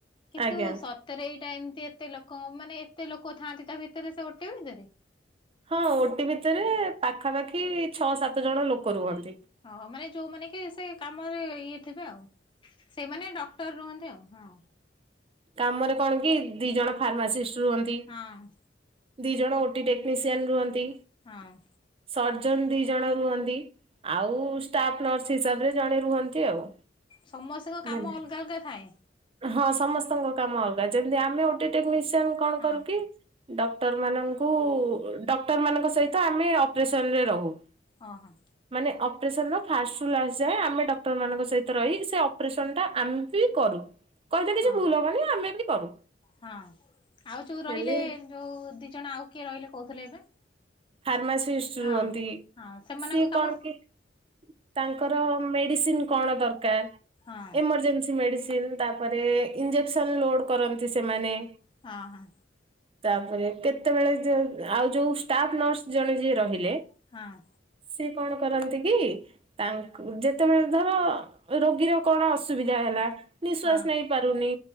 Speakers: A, on the left; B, on the right.
A: କିନ୍ତୁ
B: ଆଜ୍ଞା
A: ସ ତରେ ଏଇଟା ଏମିତି ଏତେ ଲୋକ ମାନେ ଏତେ ଲୋକ ଥାଆନ୍ତି ତା ଭିତରେ ସେ ଓଟି ଭିତରେ।
B: ହଁ ଓଟି ଭିତରେ ପାଖାପାଖି ଛଅ ସାତ ଜଣ ଲୋକ ରୁହନ୍ତି।
A: ହଁ ମାନେ ଯୋଉମାନେ କି ସେ କାମରେ ଇଏ ଥିବେ ଆଉ। ସେମାନେ ଡକ୍ଟର ରୁହନ୍ତି ଆଉ ହଁ!
B: ତମର କଣ କି ଦି ଜଣ ଫାର୍ମାସିଷ୍ଟ ରୁହନ୍ତି।
A: ହଁ
B: ଦି ଜଣ ଓଟି ଟେକ୍ନିସିଆନ ରୁହନ୍ତି।
A: ହଁ!
B: ସର୍ଜନ ଦି ଜଣ ରୁହନ୍ତି। ଆଉ ଷ୍ଟାଫ୍ ନର୍ସ ହିସାବରେ ଜଣେ ରୁହନ୍ତି ଆଉ।
A: ସମସ୍ତଙ୍କ କାମ
B: ମାନେ
A: ଅଲଗା ଅଲଗା ଥାଏ।
B: ହଁ ସମସ୍ତଙ୍କ କାମ ଅଲଗା ଯେମିତି ଆମେ ଅଟି ଟେକ୍ନିସିଆନ କଣ
A: ହଁ
B: କରୁ କି ଡକ୍ଟର ମାନଙ୍କୁ ଡକ୍ଟର ମାନଙ୍କ ସହିତ ଆମେ ଅପରେସନରେ ରହୁ।
A: ଅ ହଁ।
B: ମାନେ ଅପରେସନର ଫାଷ୍ଟ ରୁ ଲାଷ୍ଟ ଯାଏଁ ଆମେ ଡକ୍ଟରମାନଙ୍କ ସହିତ ରହି ସେ ଅପରେସନ୍ଟା ଆମେ ବି କରୁ। କହିଦେଲେ ଯେ
A: ଓହୋ
B: ଭୁଲ ହବନି ଆମେ ବି କରୁ।
A: ହଁ ଆଉ ଯୋଉ ରହିଲେ
B: ହେଲେ
A: ଯୋଉ ଦି ଜଣ ଆଉ କିଏ ରହିଲେ କହୁଥିଲେ ଏବେ।
B: ଫାର୍ମାସିଷ୍ଟ
A: ହଁ।
B: ରୁହନ୍ତି
A: ହଁ ସେମାନଙ୍କ
B: ସିଏ
A: କାମ
B: କଣ କି ତାଙ୍କର ମେଡିସିନ କଣ ଦରକାର
A: ହଁ
B: ଏମରଜେନ୍ସି ମେଡିସିନ ତାପରେ ଇଞ୍ଜେକ୍ସନ ଲୋଡ କରନ୍ତି ସେମାନେ।
A: ହଁ ହଁ
B: ତାପରେ କେତେବେଳେ ଯୋଉ ଆଉ ଯୋଉ ଷ୍ଟାଫ ନର୍ସ ଜଣେ ଯିଏ ରହିଲେ।
A: ହଁ।
B: ସିଏ କଣ କରନ୍ତି କି ତାଙ୍କୁ ଯେତେବେଳେ ଧର ରୋଗୀର କଣ ଅସୁବିଧା ହେଲା ନିଶ୍ଵାସ
A: ହଁ
B: ନେଇ ପାରୁନି